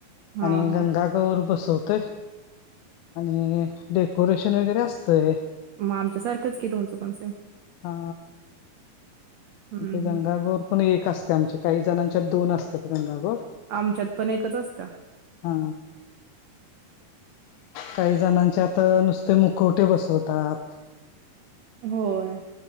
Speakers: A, on the right; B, on the left.
A: हा
B: आणि
A: हा.
B: ग कवर बसवतोय आणि डेकोरेशन वगैरे असतंय
A: मग आमच्यासारखंच क तुमचं पण सेल
B: हा
A: हम्म
B: ते गंगागोर पण एक असते आमचे काही जणांच्यात दोन असतात गंगागोर
A: आमच्यात पण एकच असत
B: हा काही जणांचे आता नुसते मुकवटे बसवतात
A: होय